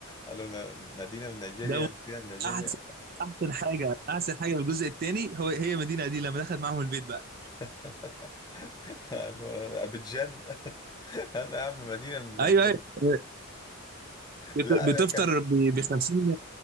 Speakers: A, on the left; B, on the right.
A: قالوا ن- مدينه من نيجيريا
B: ده هو
A: مدينه من نيجيريا
B: احسن احسن حاجه احسن حاجه في الجزء التاني هو هي مدينه دي لما دخلت معاهم البيت بقى
A: <laughs> قالوا ابيجان <laughs> قال له يا عم مدينه من نيجيريا
B: ايوه ايوه بت-
A: لا
B: بتفطر
A: أنا كان
B: ب 50